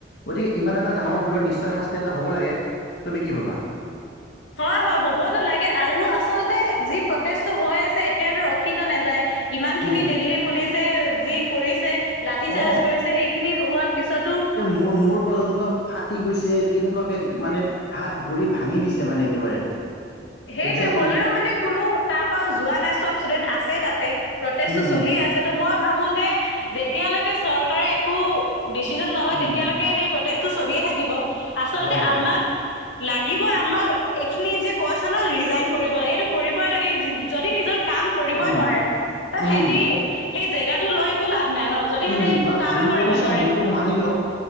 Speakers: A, on the left; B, on the left.
A: গতিকে ইমান এটা ডাঙৰ ভুলৰ নিশ্চয় শাস্তি এটা হ'ব লাগে, তুমি কি ভবা?
B: হয়, হয় হ'বতো লাগে আৰু আচলতে যি প্ৰটেষ্টটো হৈ আছে এতিয়াতো ৰখিতো নাযায়। ইমান খিনি
A: উম উম
B: দিল্লী পুলিচে যি কৰিছে লাঠি
A: অ
B: চাৰ্জ কৰিছে সেইখিনি হোৱা পিছতো
A: মোৰ মোৰ পৰ্যন্ত ফাটি গৈছে কেনেকুৱাকে মানে হাত-ভৰি ভাঙি দিছে মানে একেবাৰে।
B: সেইটোৱে
A: দেখিছাই
B: হ'লেও
A: তুমি
B: মানে, কোনো তাৰ পৰাও যোৱা নাই চব ষ্টুডেণ্ট আছে তাতে। প্ৰটেষ্টটো
A: উম উম
B: চলি আছে ত' মই ভাবো যে যেতিয়ালৈকে চৰকাৰে একো ডিচিজন নলয়
A: উম
B: তেতিয়ালৈকে
A: উম
B: সেই প্ৰটেচটো চলিয়ে থাকিব আচলতে
A: হয় হয়
B: আমাক লাগিবই আমাক এইখিনি যে, কৈছে ন' ৰিজাইন কৰিব লাগে সেইটো কৰিবই লাগে, যদি নিজক কাম কৰিবই
A: উম
B: নোৱাৰে ত'
A: উম
B: সিহঁতি
A: উম
B: সেই জেগাটো লৈ একো লাভ নাই ন'! যদি সিহঁতে
A: উম,
B: একো
A: বা
B: কামেই
A: ভুল
B: কৰিব
A: কৰিছে
B: নোৱাৰে
A: ভুলতটো মানি লওক।